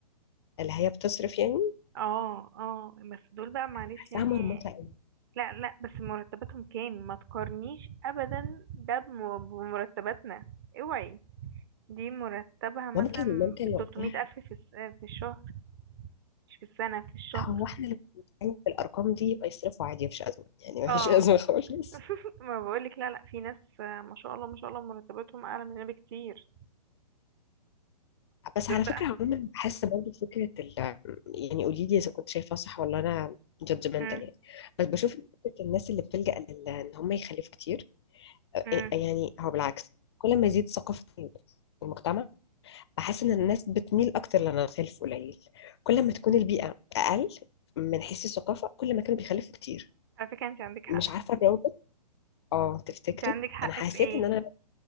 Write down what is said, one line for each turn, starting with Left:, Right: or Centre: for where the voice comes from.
Left: اللي هي بتصرف يعني
Right: اه اه بس دول بقى معلش
Left: بحسها
Right: يعني
Left: مرمطة قوي
Right: لا لا بس مرتباتهم كام ما تقارنيش ابدا ده بم- بمرتباتنا اوعي دي مرتبها مثلا
Left: ممكن ممكن
Right: ب
Left: وقتها
Right: الف في الس- في الشهر مش في السنة في الشهر
Left: هو احنا اللي <laughs> بنتكلم في الارقام دي يبقى يصرفوا عادي مفيش ازمه يعني
Right: اه
Left: مفيش <laughs> ازمه خالص
Right: <laughs> ما بقولك لا لا في ناس آه، ما شاء الله ما شاء الله مرتباتهم اعلى مننا بكتير
Left: بس
Right: دول
Left: على
Right: بقى
Left: فكره عموما بحس برضه فكره ال... يعني قولي لي اذا كنت شايفاها صح ولا انا جادجمنتال
Right: مم.
Left: يعني بس بشوف فكره الناس اللي بتلجأ لل... ان هم يخلفوا كتير أ-
Right: مم.
Left: يعني هو بالعكس كل ما يزيد ثقافه المجتمع بحس ان الناس بتميل اكتر لانها تخلف قليل كل ما تكون البيئه اقل من حيث الثقافه كل ما كانوا بيخلفوا كتير
Right: على فكرة انت عندك حق
Left: مش عارفه الروابط اه تفتكري
Right: انت عندك حق
Left: انا حسيت
Right: في ايه
Left: ان انا